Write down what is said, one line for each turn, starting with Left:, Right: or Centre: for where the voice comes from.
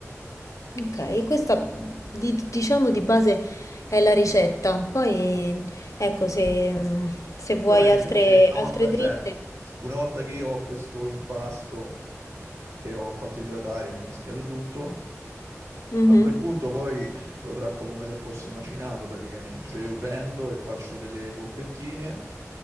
Left: Ok, questa di- diciamo di base è la ricetta. Poi ecco se, mm, se vuoi
Right: Poi praticamente
Left: altre,
Right: una
Left: altre
Right: volta,
Left: dritte.
Right: cioè, una volta che io ho questo impasto che ho fatto idratare, ho mischiato tutto,
Left: Mhm.
Right: A quel Sì. punto poi lo tratto come se fosse macinato praticamente, cioè io prendo e faccio delle polpettine